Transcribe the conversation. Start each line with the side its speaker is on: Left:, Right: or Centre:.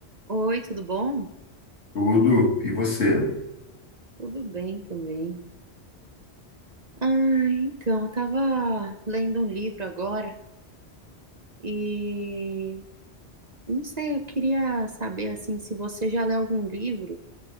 Right: Oi, tudo bom?
Left: Tudo. E você?
Right: Tudo bem também. Ah, então, eu tava lendo um livro agora e não sei, eu queria saber assim se você já leu algum livro